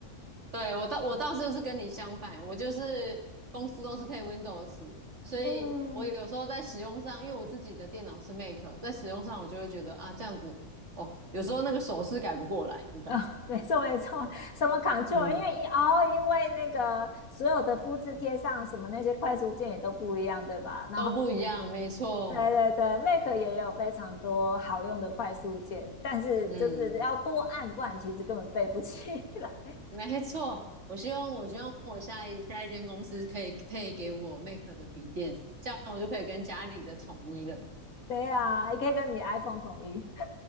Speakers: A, on the right; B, on the left.
A: 对，我倒我倒是就是跟你相反，我就是公司都是配 Windows，所以我有时候在使用上，
B: <laughs> 嗯。
A: 因为我自己的电脑是 Mac，在使用上我就会觉得啊这样子哦，有时候那个手势改不过来，<laughs> 对吧？
B: 啊、没错没错，什么 Control，
A: 嗯，
B: 因为一哦，因为那个所有的复制贴上什么那些快速键也都不一样，对吧？然后。
A: 都不一样，没错，
B: 对对对，Mac 也有非常多好用的快速键，但是就是要多按，
A: 嗯，
B: 不然其实根本背不起来。
A: 没错。我希望我希望我下一下一间公司可以配给我 Mac 的笔电，这样我就可以跟家里的统一了。<laughs>
B: 对呀、也可以跟你 iPhone 统一。